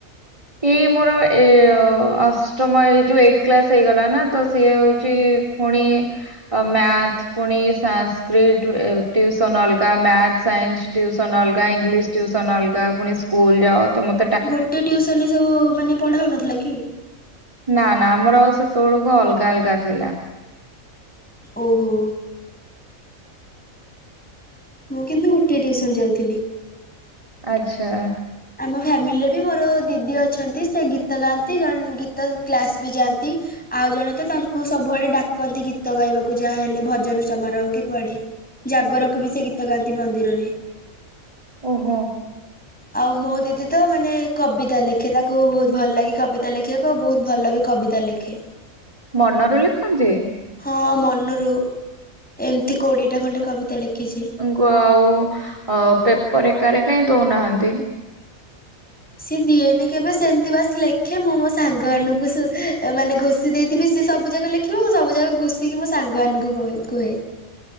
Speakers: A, on the right; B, in the centre.
A: ଏଇ ମୋର ଏ ଅଷ୍ଟମ ଏ ଯୋଉ ଏଇଟ୍ କ୍ଲାସ ହେଇଗଲା ନା ତ ସିଏ ହଉଛି। ପୁଣି <unintelligible> ମ୍ୟାଥ୍। ପୁଣି ସଂସ୍କ୍ରିଟ <unintelligible> ଟିୁସନ୍ ଅଲଗା, ମ୍ୟାଥ ସାଇନ୍ସ ଟିୁସନ୍ ଅଲଗା, ଇଂଲିସ୍ ଟ୍ୟୁସନ୍ ଅଲଗା ପୁଣି ସ୍କୁଲ ଯାଅ ତତେ <unintelligible>
B: ଗୋଟେ ଟ୍ୟୁସନ୍ ରେ ସବୁ ମାନେ ପଢ଼ାଉନଥିଲା କି?
A: ନା ନା ଆମର ଆ ସେତେବେଳକୁ ଅଲଗା ଅଲଗା ଥିଲା।
B: ଓହୋ। ମୁଁ କିନ୍ତୁ ଗୋଟିଏ ଟିଉସନ ଯାଇଥିଲି।
A: ଆଚ୍ଛା।
B: ଆମ ଫ୍ୟାମିଲିରେ ବି ମୋର ଦିଦି ଅଛନ୍ତି ସେ ଗୀତ ଗାଆନ୍ତି ଜଣେ ଗୀତ କ୍ଲାସ୍ ବି ଯାଆନ୍ତି। ଆଉ ଜଣେ ତ ତାଙ୍କୁ ସବୁଆଡେ ଡାକନ୍ତି ଗୀତ ଗାଇବାକୁ ଯାହା ହେଲେ ଭଜନ ସମାରୋହ କି କୁଆଡେ। ଜାଗରକୁ ବି ସେ ଗୀତ ଗାଆନ୍ତି ମନ୍ଦିରରେ।
A: ଓହୋ।
B: ଆଉ ମୋ ଦିଦି ତ ମାନେ କବିତା ଲେଖେ ତାକୁ ବହୁତ ଭଲ ଲାଗେ କବିତା ଲେଖିବାକୁ ବହୁତ ଭଲ ବି କବିତା ଲେଖେ।
A: ମନରୁ ଲେଖନ୍ତି?
B: ହଁ ମନରୁ ଏମିତି କୋଡ଼ିଏଟା ଖଣ୍ଡେ କବିତା ଲେଖିଚି।
A: ଉଂ <unintelligible> ଆଉ ଅ ପେପର ଏକାରେ କାଇଁ ଦଉନାହାନ୍ତି।
B: ସିଏ ଦିଏନି କେବେ ସେମିତି ବାସ ଲେଖେ ମୁଁ ମୋ ସାଙ୍ଗମାନଙ୍କୁ ସୁ ମାନେ ଘୋଷ ସେ ଦେଇଥିବି ସେ ସବୁ ଯାକ ଲେଖିବ ମୁଁ ସବୁ ଯାକ ଘୁଷିକି ମୋ ସାଙ୍ଗମାନଙ୍କୁ କହେ କୁହେ।